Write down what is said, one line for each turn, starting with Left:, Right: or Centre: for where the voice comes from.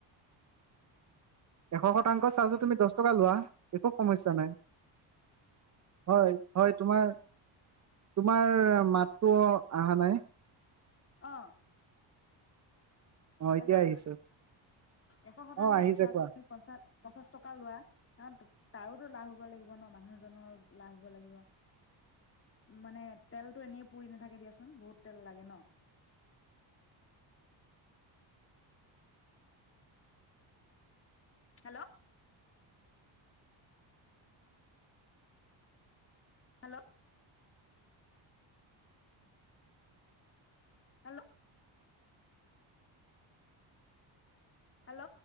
Right: <inaudible> এশ শতাংশ চাৰ্জত তুমি দছ টকা লোৱা। একো সমস্যা নাই। হয়। হয়। তোমাৰ - তোমাৰ মাতটো অহা নাই।
Left: অ
Right: অ
Left: হেল্ল'।
Right: এতিয়া আহিছে
Left: এশ শতাংশ
Right: অ আহিছে
Left: চাৰ্জত
Right: কোৱা
Left: তুমি পঞ্চা পঞ্চাছ টকা লোৱা। কাৰণ তাৰোতো লাভ হ'ব লাগিব ন মানুহজনৰো লাভ হ'ব লাগিব। মানে তেলটো এনেই পুৰি নাথাকে দিয়াচোন। বহুত তেল লাগে ন। Hello hello hello hello